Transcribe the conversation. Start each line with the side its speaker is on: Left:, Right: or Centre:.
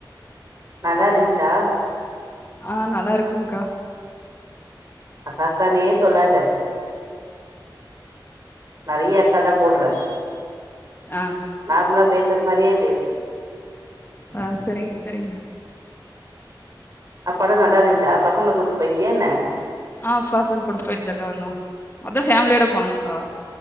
Right: நல்லா இருந்ச்சா
Left: ஆஹ் நல்லா இருக் இருங்கா
Right: அக்கா அக்கான்னே சொல்லாத நறீயேக்கதம் <unintelligible> போட்றே
Left: ஆ
Right: நார்ம்லா பேசுற மாரியே பேசு
Left: ஆஹ் செரிங்க செரிங்க
Right: அ படோ நல்லா இருந்துச்சா பசங்கள கூட்டு போயிர்ந்தியான்ன
Left: ஆஹ் பசங்க கூட போயிட்டுதாக்கா வந்தோ அதா ஃபேமிலியோட போனங்க்கா